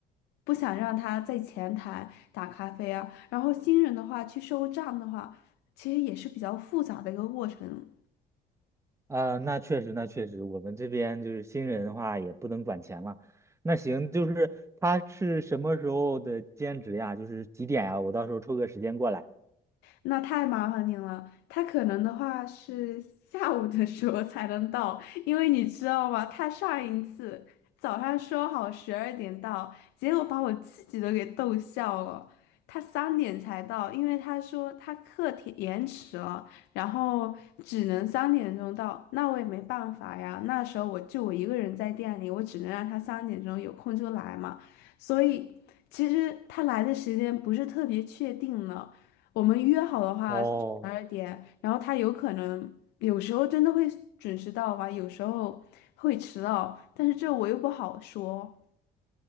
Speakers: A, on the left; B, on the right.
A: 不想让他在前台打咖啡啊，然后新人的话去收账的话。其实也是比较复杂的一个过程。
B: 啊，那确实，那确实，我们这边就是新人的话也不能管钱嘛。那行，就是他是什么时候的兼职呀？就是几点呀？我到时候抽个时间过来。
A: 那太麻烦您了。他可能的话是下午的时候才能到，因为你知道吗？他上一次早上说好十二点到，结果把我自己都给逗笑了。他三点才到，因为他说他课题延迟了，然后只能三点钟到。那我也没办法呀，那时候我就我一个人在店里，我只能让他三点钟有空就来嘛。所以其实他来的时间不是特别确定呢。我们约好的话十二点，
B: 哦，
A: 然后他有可能有时候真的会准时到吧，有时候会迟到，但是这我又不好说。